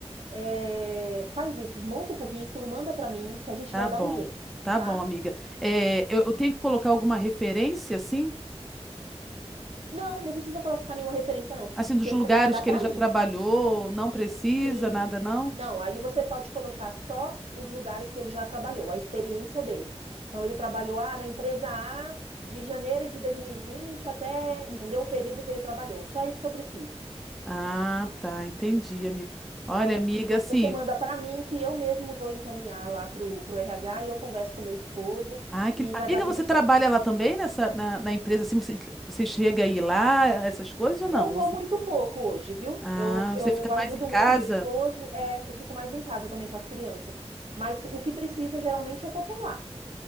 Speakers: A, on the right; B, in the centre.
A: É, faz isso, monta o currículo, manda para mim, que a gente
B: Tá
A: vai
B: bom,
A: dar um jeito,
B: tá
A: tá?
B: bom, amiga. É, eu, eu tenho que colocar alguma referência, assim?
A: Não, não precisa colocar nenhuma referência, não, porque
B: Assim, dos lugares
A: você vai mandar
B: que
A: para
B: ele já
A: mim.
B: trabalhou, não precisa,
A: Sim.
B: nada não?
A: Não, aí você pode colocar só os lugares que ele já trabalhou, a experiência dele. Então, ele trabalhou ah, na empresa A de janeiro de 2020 até, entendeu? O período que ele trabalhou. Só isso que eu preciso,
B: Ah, tá, entendi, amiga. Olha,
A: tá bom?
B: amiga,
A: Aí
B: assim.
A: você manda para mim que eu mesmo vou encaminhar lá pro, pro RH e eu converso com meu esposo
B: Ah, que...
A: e
B: Amiga,
A: vai dar tudo
B: você
A: certo.
B: trabalha lá também nessa, na, na empresa, assim, você, você chega aí lá, essas coisas ou não?
A: Eu
B: Ou
A: vou
B: Você...
A: muito pouco hoje, viu?
B: Ah,
A: Eu,
B: você
A: eu
B: fica
A: ajudo
B: mais em casa?
A: muito meu esposo, é, eu fico mais em casa também com as crianças. Mas o que precisa, geralmente, eu tô por lá.